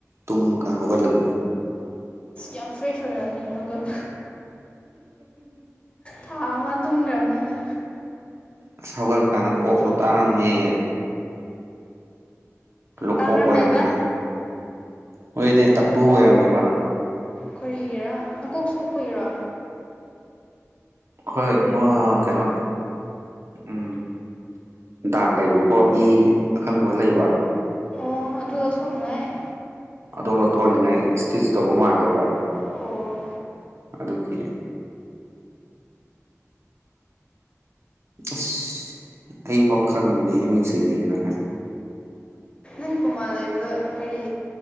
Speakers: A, on the right; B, on the left.
A: ꯇꯨꯝꯃꯒ ꯍꯧꯒꯠꯂꯃꯤ
B: ꯌꯥꯝ ꯐ꯭ꯔꯦꯁ ꯑꯣꯏꯔꯕꯅꯤꯅ ꯍꯧꯒꯜ ꯊꯥ ꯑꯃ ꯇꯨꯝꯈ꯭ꯔꯕꯅꯤꯅ
A: ꯑꯁ ꯍꯧꯒꯠꯀꯥꯟꯗ ꯀꯣꯛꯁꯨ ꯇꯥꯡꯔꯝꯃꯦ ꯂꯨꯀꯣꯛ
B: ꯇꯥꯡꯔꯝꯃꯦꯕ
A: ꯑꯣꯏꯔꯝꯃꯅꯤ ꯃꯣꯏꯅꯦ ꯇ꯭ꯔꯨ ꯑꯣꯏꯔꯝꯃꯦꯕ
B: ꯀꯔꯤꯒꯤꯔꯥ ꯅꯀꯣꯛ ꯁꯣꯛꯄꯒꯤꯔꯣ
A: ꯍ ꯃ ꯀꯩꯅꯣ ꯎ ꯗꯥꯛ ꯂꯩꯕꯀꯣ ꯏ ꯑꯀꯪꯕ ꯂꯩꯕ
B: ꯑꯣ ꯑꯗꯨꯗ ꯁꯉꯦ
A: ꯑꯣ ꯂꯧꯊꯣꯛꯑꯅꯤꯡꯉꯥꯏ ꯏꯁꯇꯤꯆ ꯇꯧꯕ ꯃꯥꯜꯂꯦꯕ
B: ꯑꯣ
A: ꯑꯗꯀꯦ ꯑꯁ ꯑꯩ ꯐꯥꯎ ꯈꯪꯕꯅꯦ ꯃꯤꯡꯁꯤꯅꯤ ꯀꯅ ꯈ
B: ꯀꯆꯤꯟ ꯀꯨꯃꯥꯔ ꯂꯩꯕꯗ ꯀꯔꯤ